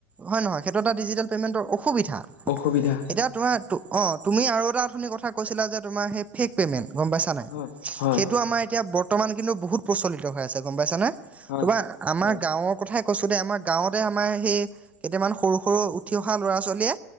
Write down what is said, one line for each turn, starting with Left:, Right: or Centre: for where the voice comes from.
Right: হয় নহয় সেইটো এটা ডিজিটেল পে'মেতৰ অসুবিধা।
Left: অসুবিধা।
Right: এতিয়া তোমাৰ অৱ', তুমি আৰু এটা আথনি কথা কৈছিলা যে তোমাৰ সেই ফেক পেমেন্ট গম পাইছা নাই
Left: হয় হয়
Right: সেইটো আমাৰ এতিয়া বৰ্তমান কিন্তু বহুত প্ৰচলিত হৈ আছে গম পাইছা নে।
Left: হয়
Right: তোমা আমাৰ
Left: হয়
Right: গাঁৱক কথাই কৈছো দে আমাৰ গাঁৱতে আমাৰ সেই কেইটামান সৰু সৰু উঠি অহা ল'ৰা ছোৱালীয়ে,